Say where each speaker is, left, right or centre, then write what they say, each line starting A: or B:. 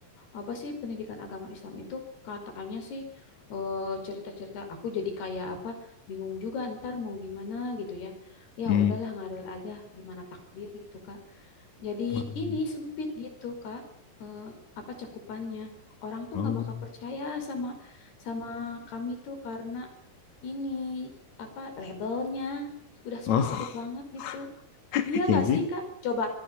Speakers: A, on the left; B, on the left.
A: Apa sih pendidikan agama Islam itu katanya sih eh, cerita-cerita aku jadi kayak apa bingung juga ntar mau gimana gitu ya. Ya
B: Hmm.
A: udahlah ngalir aja gimana takdir gitu, Kak. Jadi
B: Oh,
A: ini sempit gitu Kak, eh, apa cakupannya. Orang tuh
B: oh,
A: nggak bakal percaya sama sama kami tuh karena ini apa labelnya udah
B: oh,
A: spesifik banget gitu.
B: <laughs>
A: Iya nggak
B: ya juga.
A: sih Kak? Coba,